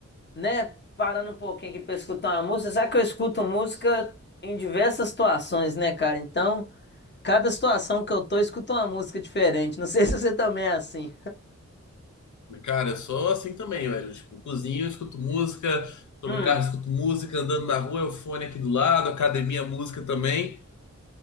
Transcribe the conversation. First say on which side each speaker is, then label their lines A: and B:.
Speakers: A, on the left; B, on the left.
A: né? Parando um pouquinho aqui pra escutar uma música. Sabe que eu escuto música em diversas situações, né, cara? Então, cada situação que eu tô, eu escuto uma música diferente. Não sei <laughs> se você também é assim.
B: Cara, eu sou assim também, velho. Tipo, cozinho, escuto música, tô
A: Hum,
B: no carro, escuto música, andando na rua, é o fone aqui do lado, academia, música também.